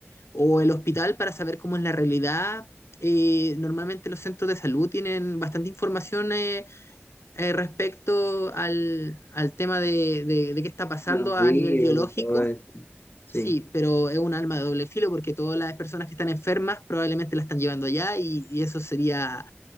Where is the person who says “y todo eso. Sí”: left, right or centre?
Left